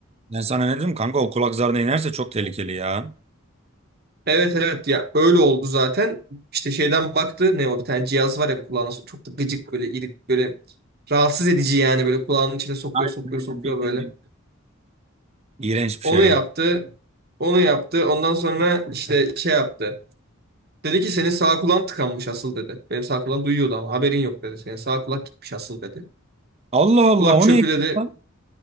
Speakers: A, on the right (about 30°); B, on the right (about 50°).
A: Ben sana ne dedim kanka? O kulak zarına inerse çok tehlikeli ya.
B: Evet evet ya öyle oldu zaten. İşte şeyden baktı ne o bir tane cihaz var ya kulağına sok- çok da gıcık böyle irik böyle rahatsız edici yani böyle kulağının içine sokuyor
A: Aynen
B: sokuyor
A: aynen
B: sokuyor
A: bildim
B: böyle.
A: bildim. İğrenç bir
B: Onu
A: şey
B: yaptı.
A: o.
B: Onu yaptı. Ondan sonra işte şey yaptı. Dedi ki senin sağ kulağın tıkanmış asıl dedi. Benim sağ kulağım duyuyordu ama haberin yok dedi. Senin sağ kulak gitmiş asıl dedi.
A: Allah Allah
B: Kulak çöpü
A: o niye? eksik
B: dedi.
A: lan?